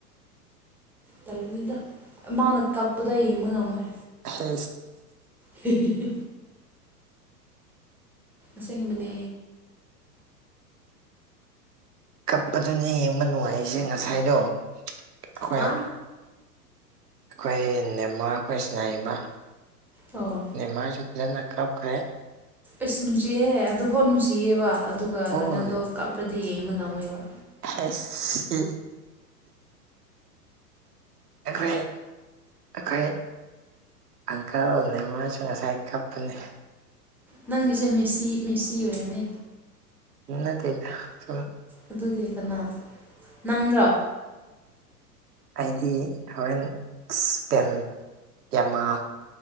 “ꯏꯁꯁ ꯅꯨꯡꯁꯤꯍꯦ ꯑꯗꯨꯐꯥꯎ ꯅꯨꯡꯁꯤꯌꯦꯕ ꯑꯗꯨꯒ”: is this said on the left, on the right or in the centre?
Centre